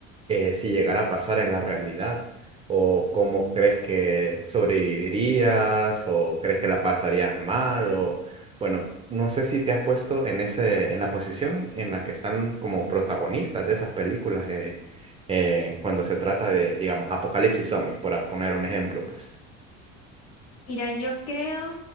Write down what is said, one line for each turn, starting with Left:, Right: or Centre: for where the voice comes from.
Right: eh, si llegara a pasar en la realidad o cómo crees que sobrevivirías o crees que la pasarías mal o bueno, no sé si te has puesto en ese, en la posición en la que están como protagonistas de esas películas eh, eh, cuando se trata de, digamos, apocalipsis zombies, por poner un ejemplo, pues.
Left: Mira, yo creo